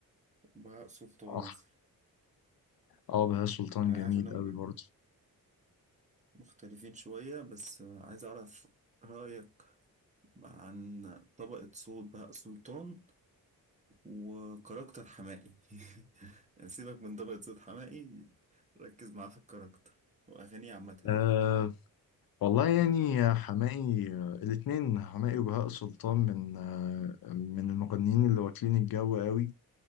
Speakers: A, on the right; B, on the left.
A: وبهاء سلطان
B: اه
A: مثلا
B: اه بهاء سلطان
A: أنا
B: جميل
A: عارف إنهم
B: قوي برضه
A: مختلفين شوية بس عايز أعرف رأيك عن طبقة صوت بهاء سلطان وكاركتر حماقي <laughs> يعني سيبك من طبقة صوت حماقي ركز معاه في الكاركتر وأغانيه عامة يعني
B: أه والله يعني يا حماقي آه، الاتنين حماقي وبهاء سلطان من أه من المغنيين اللي واكلين الجو قوي